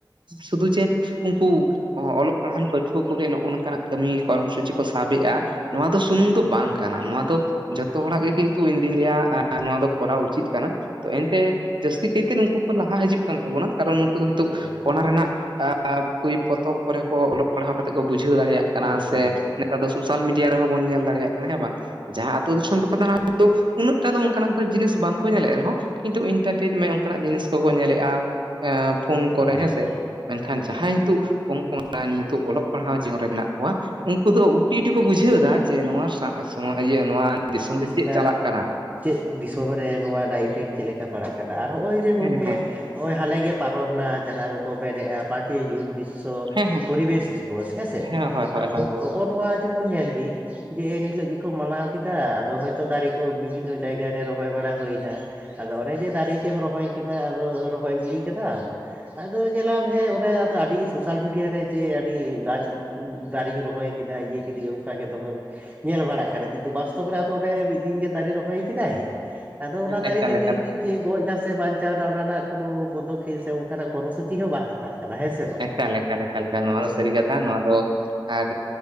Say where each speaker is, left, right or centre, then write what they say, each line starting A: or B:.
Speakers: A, on the right; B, on the right.
A: ᱥᱩᱫᱷᱩ ᱪᱮ ᱩᱱᱠᱩ ᱚᱞᱚᱜ ᱯᱟᱲᱦᱟᱣᱟᱱ ᱯᱟᱹᱴᱷᱩᱣᱟᱹ ᱠᱚᱜᱮ ᱱᱚᱜᱼᱚ ᱱᱚᱝᱠᱟᱱᱟᱜ ᱠᱟᱹᱢᱤ ᱠᱚᱨᱢᱚ ᱥᱩᱪᱤ ᱠᱚ ᱥᱟᱵ ᱮᱜᱼᱟ ᱱᱚᱣᱟ ᱫᱚ ᱥᱩᱢᱩᱝ ᱫᱚ ᱵᱟᱝ ᱠᱟᱱᱟ ᱱᱚᱣᱟ ᱫᱚ ᱡᱷᱚᱛᱚ ᱦᱚᱲᱟᱜ ᱜᱮ ᱠᱤᱱᱛᱩ ᱤᱧ ᱫᱩᱧ ᱞᱟᱹᱭᱟ ᱱᱚᱣᱟ ᱫᱚ ᱠᱚᱨᱟᱣ ᱩᱪᱤᱛ ᱠᱟᱱᱟ ᱛᱚ ᱮᱱᱛᱮ ᱡᱟᱹᱥᱛᱤ ᱠᱟᱹᱭᱛᱮ ᱱᱩᱠᱩ ᱠᱚ ᱞᱟᱦᱟ ᱦᱤᱡᱩᱜ ᱠᱟᱱ ᱛᱟᱵᱚᱱᱟ ᱠᱟᱨᱚᱱ ᱩ ᱩᱱᱠᱩ ᱫᱚ ᱱᱤᱛᱚᱜ
B: ᱦᱳᱭ
A: ᱚᱱᱟ ᱨᱮᱱᱟᱜ <unintelligible> ᱯᱚᱛᱚᱵ ᱠᱚᱨᱮ ᱦᱚᱸᱠᱚ ᱚᱞᱚᱜ ᱯᱟᱲᱦᱟᱣ ᱠᱟᱛᱮᱫ ᱠᱚ ᱵᱩᱡᱷᱟᱹᱣ ᱫᱟᱲᱮᱭᱟᱜ ᱠᱟᱱᱟ
B: ᱦᱳᱭ
A: ᱥᱮ ᱱᱮᱛᱟᱨ ᱫᱚ ᱥᱳᱥᱟᱞ ᱢᱤᱰᱤᱭᱟ ᱨᱮᱦᱚᱸ ᱵᱚᱱ ᱧᱮᱞ ᱫᱟᱲᱮᱭᱟᱜ ᱠᱟᱱᱟ ᱦᱮᱸ ᱵᱟᱝ ᱡᱟᱦᱟᱸ ᱟᱹᱛᱩ ᱫᱤᱥᱚᱢ ᱨᱮ ᱠᱤᱱᱛᱩ ᱩᱱᱟᱹᱜ ᱴᱟ ᱫᱚ ᱚᱱᱠᱟᱱᱟᱜ ᱡᱤᱱᱤᱥ ᱵᱟᱝᱠᱚ ᱧᱮᱞᱮᱫ ᱨᱮᱦᱚᱸ ᱠᱤᱱᱛᱩ ᱤᱱᱴᱟᱨᱴᱮᱱᱢᱮᱱ ᱚᱱᱠᱟᱱᱟᱜ ᱡᱤᱱᱤᱥ ᱠᱚᱠᱚ ᱧᱮᱞᱮᱜᱼᱟ ᱯᱷᱳᱱ ᱠᱚᱨᱮ
B: ᱦᱳᱭ
A: ᱦᱮᱸᱥᱮ ᱢᱮᱱᱠᱷᱟᱱ ᱡᱟᱦᱟᱸᱭ ᱱᱤᱛᱚᱜ ᱯᱚᱝ ᱯᱚᱝᱲᱟ ᱱᱤᱛᱚᱜ ᱚᱞᱚᱜ ᱯᱟᱲᱦᱟᱣ ᱡᱤᱭᱚᱱ ᱨᱮ ᱢᱮᱱᱟᱜ ᱠᱚᱣᱟ ᱩᱱᱠᱩ ᱫᱚ ᱩᱴᱤ ᱩ <unintelligible> ᱠᱚ ᱵᱩᱡᱷᱟᱹᱣ ᱮᱫᱟ ᱡᱮ ᱱᱚᱣᱟ ᱥᱟ ᱥᱚᱢ ᱤᱭᱟᱹ ᱱᱚᱣᱟ ᱫᱤᱥᱚᱢ ᱨᱮ ᱪᱮᱫ
B: ᱪᱮᱫ
A: ᱪᱟᱞᱟᱜ ᱠᱟᱱᱟ
B: ᱫᱤᱥᱚᱢ ᱨᱮ ᱱᱚᱣᱟ ᱨᱮᱱᱟᱜ ᱤᱯᱷᱮᱠᱴ ᱪᱮᱫ ᱞᱮᱠᱟ ᱯᱟᱲᱟᱜ ᱠᱟᱱᱟ ᱟᱨ ᱱᱚᱜᱼᱚᱭ ᱡᱮ
A: ᱦᱮᱸ
B: ᱜᱚᱝᱠᱮ
A: ᱦᱮᱸ
B: ᱦᱚᱸᱚᱭ ᱦᱟᱞᱮ ᱜᱮ ᱯᱟᱨᱚᱢᱱᱟ ᱡᱟᱦᱟᱸ ᱫᱚᱠᱚ ᱢᱮᱱᱮᱜᱼᱟ ᱯᱟᱸᱪᱮᱭ ᱡᱩᱱ ᱵᱤᱥ ᱥᱚ
A: ᱦᱮᱸ
B: ᱯᱚᱨᱤᱵᱮᱥ ᱫᱤᱵᱚᱥ ᱦᱮᱸᱥᱮ
A: ᱦᱮᱸ ᱦᱳᱭ ᱦᱳᱭ
B: ᱟᱫᱚ
A: ᱦᱳᱭ
B: ᱦᱚᱸᱜᱼᱚ ᱱᱚᱣᱟ ᱡᱮᱢᱚᱱ ᱧᱮᱞ ᱵᱤᱱ ᱡᱮ ᱮᱱᱦᱤᱞᱳᱜ ᱜᱮᱠᱚ ᱢᱟᱱᱟᱣ ᱠᱮᱫᱟ ᱟᱫᱚ ᱦᱚᱭ ᱛᱚ ᱫᱟᱨᱮ ᱠᱚ ᱵᱤ ᱵᱷᱤᱱᱱᱚ ᱡᱟᱭᱜᱟ ᱨᱮ ᱨᱚᱦᱚᱭ ᱵᱟᱲᱟ ᱦᱩᱭᱱᱟ ᱟᱫᱚ ᱚᱱᱮ ᱡᱮ ᱫᱟᱨᱮ ᱜᱮᱢ ᱨᱚᱦᱚᱭ ᱠᱮᱫᱟ ᱟᱫᱚ ᱨᱚᱦᱚᱭ ᱜᱤᱰᱤ ᱠᱟᱫᱟᱢ ᱟᱫᱚ ᱧᱮᱞᱟᱢ ᱦᱮᱸ ᱚᱱᱟ ᱫᱚ ᱟᱹᱰᱤ ᱥᱳᱥᱟᱞ ᱢᱤᱰᱤᱭᱟ ᱨᱮ ᱡᱮ ᱟᱹᱰᱤ ᱜᱟᱪᱷ ᱫᱟᱨᱮᱧ ᱨᱚᱦᱚᱭ ᱠᱮᱫᱟ ᱤᱭᱟᱹ ᱠᱤᱫᱟᱹᱧ ᱚᱱᱠᱟ ᱜᱮ ᱫᱚᱢᱮ ᱧᱮᱞ ᱵᱟᱲᱟᱜ ᱠᱟᱱᱟ ᱠᱤᱱᱛᱩ ᱵᱟᱥᱛᱚᱵ ᱨᱮ ᱟᱫᱚ ᱚᱱᱮ ᱢᱤᱫ ᱫᱤᱱ ᱜᱮ ᱫᱟᱨᱮ ᱨᱚᱦᱚᱭ ᱠᱮᱫᱟᱭ ᱟᱫᱚ ᱚᱱᱟ ᱫᱟᱨᱮ
A: ᱮᱠᱟᱞ
B: ᱫᱚ
A: ᱮᱠᱟᱞ
B: ᱧᱮᱞ ᱵᱤᱱ ᱜᱚᱡ ᱱᱟ ᱥᱮ ᱵᱟᱧᱪᱟᱣ ᱮᱱᱟ ᱚᱱᱟ ᱨᱮᱱᱟᱜ ᱠᱳᱱᱳ ᱯᱚᱫᱚᱠᱷᱮᱯ ᱥᱮ ᱚᱱᱠᱟᱱᱟᱜ ᱠᱚᱨᱢᱚ ᱥᱩᱪᱤ ᱦᱚᱸ ᱵᱟᱝ ᱦᱟᱛᱟᱜ ᱠᱟᱱᱟ ᱦᱮᱸᱥᱮ
A: ᱮᱠᱟᱞ ᱮᱠᱟᱞ ᱮᱠᱟᱞ ᱞᱮᱠᱟ ᱱᱚᱣᱟ ᱫᱚ ᱥᱟᱹᱨᱤ ᱠᱟᱛᱷᱟ ᱱᱚᱣᱟ ᱫᱚ ᱟᱨ